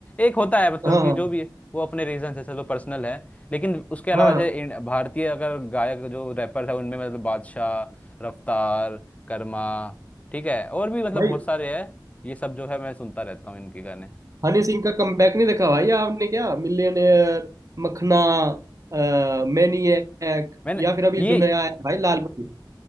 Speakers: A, on the left (about 15°); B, on the right (about 45°).
A: एक होता है मतलब
B: हाँ
A: कि
B: हाँ
A: जो भी है वो अपने रीजन से चलो पर्सनल है लेकिन उसके अलावा
B: हाँ हाँ,
A: जैसे इन- भारतीय अगर गायक जो रैपर है उनमें मतलब बादशाह रफ्तार कर्मा ठीक है और भी मतलब
B: भाई
A: बहुत सारे हैं ये सब जो है मैं सुनता रहता हूँ इनके गाने
B: हनी सिंह का कमबैक नहीं देखा भाई आपने क्या मिलियनेयर मखना आ, मैनिएक
A: मैंने
B: या फिर अभी
A: ये
B: जो नया आया है भाई लाल परी